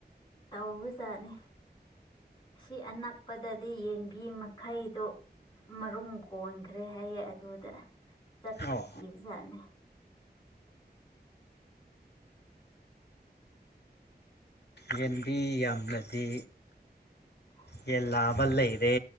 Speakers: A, on the left; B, on the left.
A: ꯇꯧꯕꯖꯥꯠꯅꯤ ꯑꯁꯤ ꯑꯅꯛꯄꯗꯗꯤ ꯌꯦꯡꯕꯤꯃ ꯈꯩꯗꯣ ꯃꯔꯨꯝ ꯀꯣꯟꯈ꯭ꯔꯦ ꯍꯥꯏꯌꯦ ꯑꯗꯨꯗ ꯆꯠꯈꯤꯕꯈꯤꯕꯖꯅ
B: ꯑꯣ ꯌꯦꯟꯕꯤ ꯌꯥꯝꯅꯗꯤ
A: ꯑ
B: ꯌꯦꯟ ꯂꯥꯕ ꯂꯩꯔꯦ